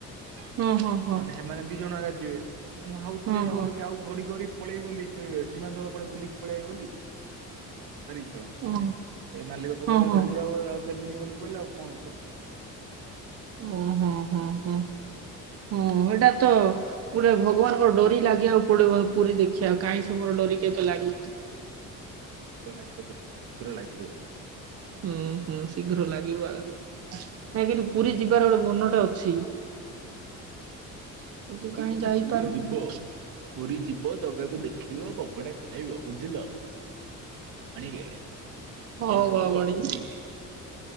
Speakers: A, on the right (about 45°); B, on the right (about 85°).
A: ହଁ ହଁ ହଁ
B: ମାନେ ହେମାନେ ଦି ଜଣ ଆଗା ଯିବେ। ମୁଁ ହାଉଥିଲି
A: ହଁ
B: ଆଉ
A: ହଁ
B: ଗୋଟେ କହାକୁ ଘଡି କରି ପଳେଇ ବୋଲି ସେ ସୀମାଞ୍ଚଳ ପଡେ ବୁଲିକି ପଳେଆଇବ ବୋଲି। ହାରିଶଳା
A: ହଁ
B: ଏ ମାଲିକ ତ
A: ହଁ
B: କହିଲା
A: ହଁ।
B: ରହି ଯାଅ ଆଉ ଦେବିନି ବୋଲି କହିଲା, ଆଉ କଣ କହିବି ତାକୁ?
A: ହଁ ହଁ ହଁ ହଁ। ହଁ, ଏଟା ତ ଗୋଟେ ଭଗବାନଙ୍କ ଡୋରି ଲାଗିବା ଆ ପୋଡେ ପୁରୀ ଦେଖିବାକୁ କାହିଁ ଏ ମର ଡରିକେବେ ଲାଗୁଛି?
B: ଲାଗିବ ଲାଗିବ ତଥା ଶୀଘ୍ର ଲାଗିବ।
A: ହୁଁ, ହୁଁ ଶୀଘ୍ର ଲାଗିବ ଆଉ ନାଇଁ କିନ୍ତୁ ପୁରୀ ଯିବାର ଗୋଟେ ମନ ତ ଅଛି। କିନ୍ତୁ କାହିଁ
B: କି ମାନେ
A: ଯାଇପାରୁଥିଲୁ
B: ପୁରୀ ଯିବ ପୁରୀ ଯିବ ଜାଗାକୁ ଦେଖିବ। ବବ୍ ମୋଟେ ଖାଇବ ବୁଝିଲ, ଆଣିବେ
A: ହଁ
B: ଏ ସବୁ
A: ବାବାଣୀ
B: ଅଚି-ଇ।